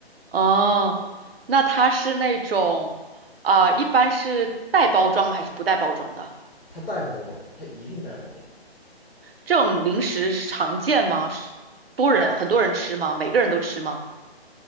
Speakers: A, on the right; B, on the left.
A: 哦，那它是那种啊、一般是带包装的还是不带包装的？
B: 它带包装，它一定带包装。
A: 这种零食常见吗？是多人很多人吃吗？每个人都吃吗？